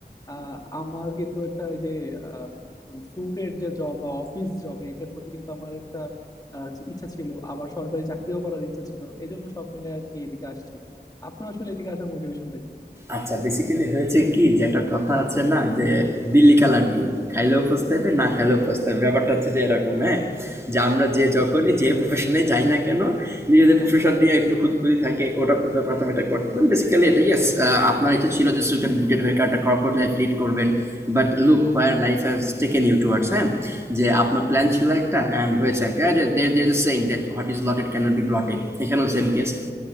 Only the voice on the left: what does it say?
আহ, আমার কিন্তু একটা ওই যে আহ, মানে স্যুটের যে জব বা অফিস জব এটার প্রতি কিন্তু আমার একটা আহ, ইচ্ছা ছিল আবার সরকারি চাকরিও করার ইচ্ছা ছিল এই জন্য সব মিলে আর কি এদিকে আসছি আপনার আসলে এদিকে আসার মোটিভেশনটা কি